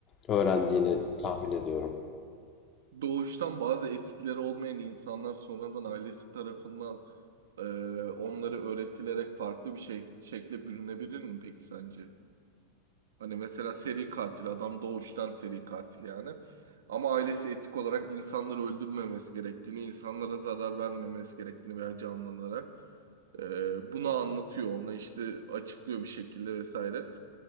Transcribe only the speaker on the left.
öğrendiğini
tahmin ediyorum.